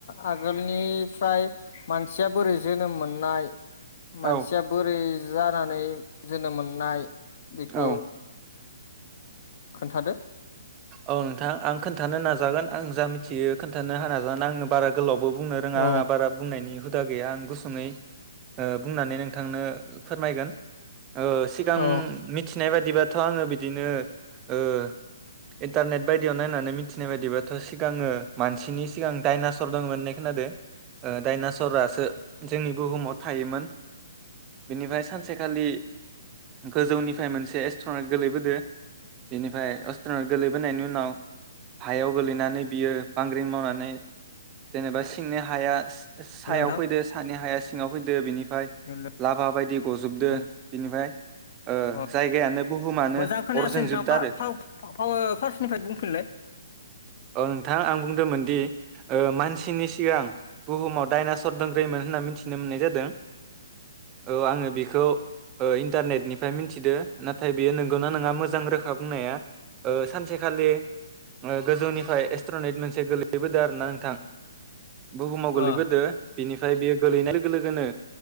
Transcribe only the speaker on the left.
आगोलनिफ्राय मानसिया बोरै जोनोम मोननाय
मानसिया बोरै जानानै जोनोम मोननाय। बेखौ
खोनथादो।
औ
औ
हेल' नोंथां
हेल'
औ
अ
मोजां खोनायासै
नोंथां फा
फा फार्स्टनिफ्राय बुंफिनलाय
अ
औ